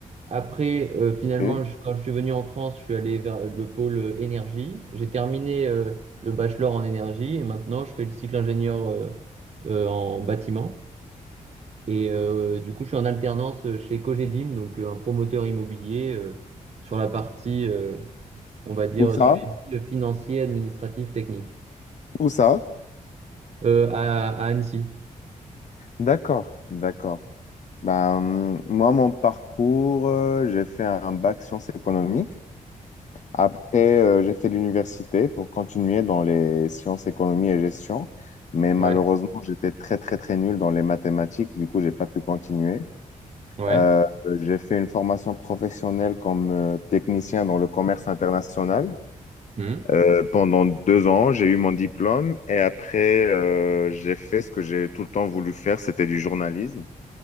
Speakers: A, on the right; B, on the left.
A: Après, euh, finalement,
B: Et
A: je- quand je suis venu en France, je suis allé vers le pôle euh, énergie. J'ai terminé euh, le bachelor en énergie et maintenant je fais le cycle ingénieur euh, euh, en bâtiment. Et euh, du coup, je suis en alternance euh, chez Cogedim, donc euh, un promoteur immobilier euh, sur la partie, euh, on va dire,
B: où ça?
A: suivi euh, financier, administratif, technique,
B: Où ça?
A: Euh, à, à Annecy.
B: D'accord, d'accord. Bah, hum, moi, mon parcours, euh, j'ai fait un bac sciences économiques. Après, euh, j'ai fait l'université pour continuer dans les sciences, économie et gestion, mais malheureusement,
A: Ouais,
B: j'étais très, très, très nul dans les mathématiques, du coup, j'ai pas pu continuer.
A: ouais,
B: Euh, j'ai fait une formation professionnelle comme euh, technicien dans le commerce international.
A: hmm,
B: Euh, pendant deux ans, j'ai eu mon diplôme et après, euh, j'ai fait ce que j'ai tout le temps voulu faire, c'était du journalisme.